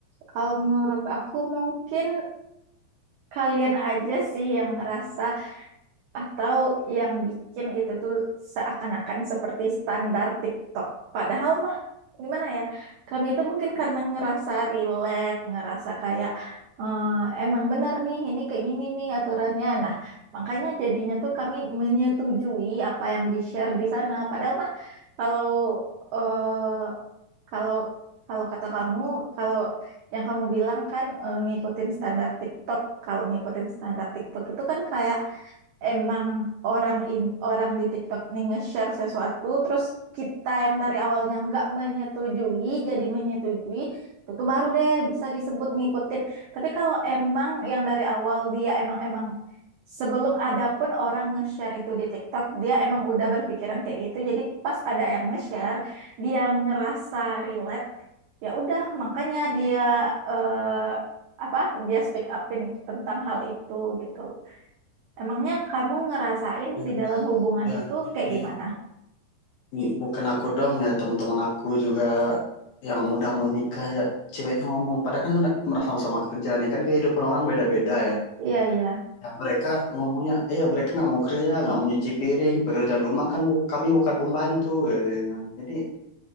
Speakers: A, on the right (about 85°); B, on the left (about 70°).
A: kalau menurut aku mungkin kalian aja sih yang ngerasa Atau yang bikin itu tuh seakan-akan seperti standar TikTok. Padahal mah gimana ya? Kami itu mungkin karena ngerasa relate, ngerasa kayak eh, emang benar nih ini kayak gini nih aturannya. Nah, makanya jadinya tuh kami menyetujui apa yang di-share di sana. Padahal mah kalau eh, kalau kalau kata kamu, kalau yang kamu bilang kan eh, ngikutin standar TikTok. Kalau ngikutin standar TikTok itu kan kayak emang orang in orang di TikTok nih nge-share sesuatu terus kita yang dari awalnya nggak menyetujui jadi menyetujui itu tuh baru deh bisa disebut ngikutin tapi kalau emang yang dari awal dia emang emang sebelum ada pun orang nge-share itu di TikTok dia emang udah berpikiran kayak gitu jadi pas ada yang nge-share dia ngerasa relate ya udah makanya dia eh, apa dia speak upin tentang hal itu gitu Emangnya kamu ngerasain
B: Ya,
A: di dalam hubungan
B: ya,
A: itu
B: ini,
A: kayak gimana?
B: ini bukan aku dong ya teman-teman aku juga yang udah mau nikah ya ceweknya ngomong. Padahal kan udah- merasa sama-sama kerja nih kan kehidupan orang beda-beda ya.
A: Iya, iya.
B: Ya, mereka ngomongnya, ya mereka nggak mau kerja, nggak mau nyuci piring, pekerjaan rumah kan bu- kami bukan pembantu, katanya. Jadi